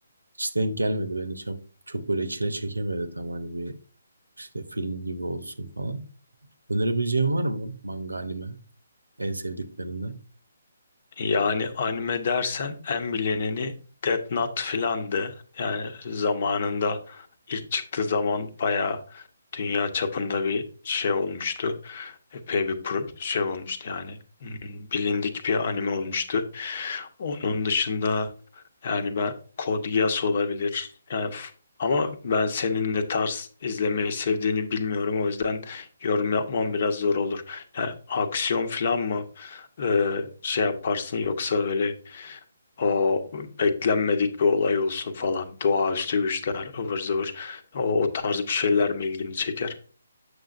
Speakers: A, on the right; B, on the left.
A: hiç denk gelmedi. Beni çok, çok böyle içine çekemedi tam hani bir işte film gibi olsun falan. Önerebileceğin var mı manga anime en sevdiklerinden?
B: Yani anime dersen en bilineni Death Note filandı. Yani zamanında ilk çıktığı zaman bayağı dünya çapında bir şey olmuştu. Epey bir pro- şey olmuştu yani. Hmm, Bilindik bir anime olmuştu. Onun dışında yani ben Code Geass olabilir. Yani f- ama ben senin ne tarz izlemeyi sevdiğini bilmiyorum. O yüzden yorum yapmam biraz zor olur. Yani aksiyon falan mı? e, şey yaparsın yoksa öyle o beklenmedik bir olay olsun falan doğaüstü güçler ıvır zıvır o, o tarz bir şeyler mi ilgini çeker?